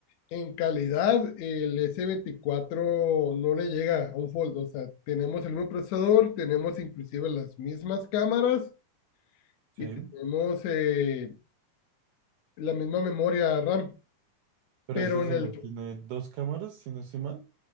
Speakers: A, on the left (about 75°); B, on the right (about 80°).
A: en calidad el s veinticuatro no le llega a un Fold. O sea, tenemos el mismo procesador, tenemos inclusive las mismas cámaras
B: Sí.
A: y tenemos eh, la misma memoria RAM,
B: Pero
A: pero
B: ese celular
A: en el
B: tiene dos cámaras, si no estoy mal.